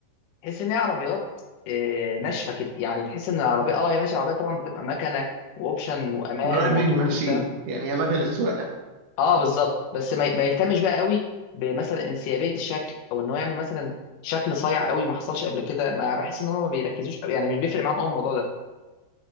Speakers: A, on the left (about 90°); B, on the right (about 80°).
A: تحس ان هي عربيات آه، ناشفه كده يعني تحس ان العربيه اه هي ماشي العربيه طبعا بتبقى مكنه واوبشن وامان
B: درايفنج
A: وموتور
B: ماشين
A: وبتاع
B: يعني هي مكنة سواقة
A: اه بالظبط بس ما ما يهتمش بقى قوي بمثلا انسيابيه الشكل او ان هو يعمل مثلا شكل صايع قوي ما حصلش قبل كده ما بحس ان هم ما بيركزوش قوي يعني مش بيفرق معاهم قوي الموضوع ده